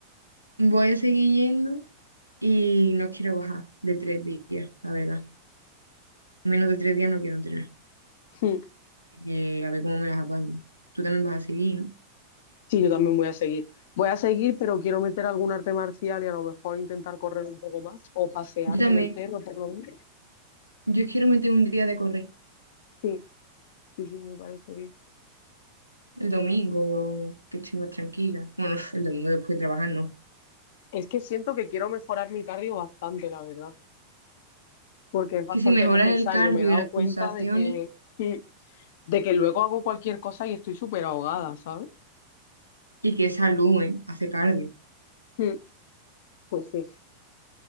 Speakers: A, on the right (about 90°); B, on the left (about 55°).
A: Voy a seguir yendo y no quiero bajar de tres días, la verdad. Menos de tres días no quiero entrenar.
B: Mm.
A: Eh, a ver cómo me las apaño. Tú también vas a seguir, ¿no?
B: Sí, yo también voy a seguir. Voy a seguir, pero quiero meter algún arte marcial y a lo mejor intentar correr un poco más o pasear
A: Yo también.
B: con el perro, por lo menos.
A: Yo quiero meter un día de correr.
B: Sí, sí, sí, me parece bien.
A: El domingo, que estoy más tranquila. Bueno, <laughs> el domingo después de trabajar, no.
B: Es que siento que quiero mejorar mi cardio bastante, la verdad, porque es bastante
A: que si mejoras
B: necesario.
A: el cardio
B: Me he dado
A: y las
B: cuenta
A: pulsaciones
B: de que, mm, de que luego hago cualquier cosa y estoy súper ahogada, ¿sabes?
A: y que saluden hace cardio.
B: Mm, Pues sí,